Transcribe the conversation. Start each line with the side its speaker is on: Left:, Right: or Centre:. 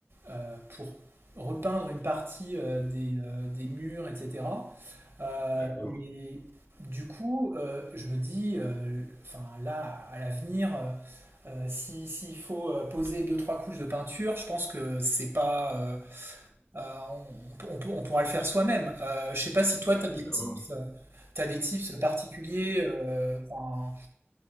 Right: euh, pour repeindre une partie euh, des, euh, des murs, etc. Euh,
Left: D'accord.
Right: et du coup, euh, je me dis, euh, enfin là, à l'avenir, euh, euh, si, s'il faut euh, poser deux, trois couches de peinture, je pense que c'est pas, euh, euh, on, on peut- on pourra le faire soi-même. Euh, je sais pas si toi,
Left: Bah,
Right: tu
Left: évidemment.
Right: as des tips, euh, t'as des tips particuliers. euh, enfin,